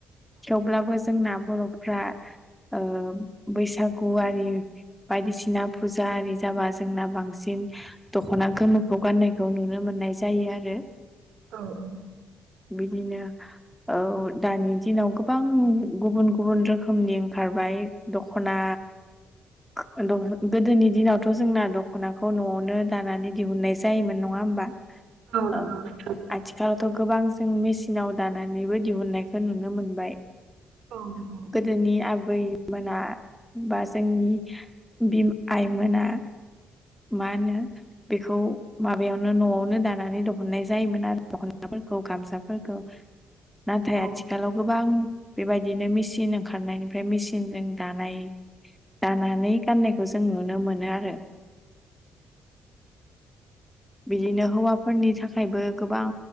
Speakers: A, in the centre; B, on the right.
A: थेवब्लाबो जोंना बर'फ्रा ओ बैसागुआरि बायदिसिना फुजा आरि जाबा जोंना बांसिन इन दख'ना गोमोखौ गाननायखौ नुनो मोननाय जायो आरो
B: औ औ
A: बिदिनो औ दानि दिनाव गोबां गुबुन गुबुन रोखोमनि ओंखारबाय दख'ना <unintelligible> दह' गोदोनि दिनावथ' जोंना दख'नाखौ न'आवनो दानानै दिहुननाय जायोमोन नङा होमबा
B: नंगौ
A: ओ
B: नोंथां
A: आथिखालावथ' गोबां जों मेसिनाव दानानैबो दिहुननाय नुनो मोनबाय
B: औ नंगौ
A: गोदोनि आबै मोना बा जोंनि बिमा आइमोना मा होनो बेखौ माबायावनो न'आवनो दानानै दिहुननाय जायोमोन आरो गामसाफोरखौ नाथाय
B: औ
A: आथिखालाव गोबां बेबायदिनो मेचिन ओंखारनायनिफ्राय मेचनजों दानाय,, दानानै गाननायखौ जों नुनो मोनो आरो। बिदिनो हौवाफोरनि थाखायबो गोबां